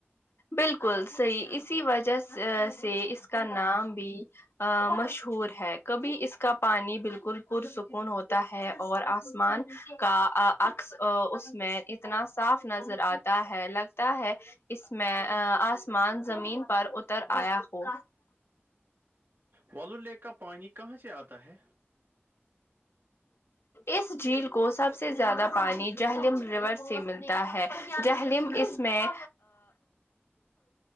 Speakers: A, on the left; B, on the right.
A: بالکل صحیح اسی وجہ سے اس کا نام بھی مشہور ہے کبھی اس کا پانی بالکل پرسکون ہوتا ہے اور آسمان کا عکس اس میں اتنا صاف نظر آتا ہے لگتا ہے اس میں آسمان زمین پر اتر آیا ہو
B: والو لییک کا پانی کہاں سے آتا ہے
A: اس جھیل کو سب سے زیادہ پانی جہللم ریور سے ملتا ہے جہللم اس میں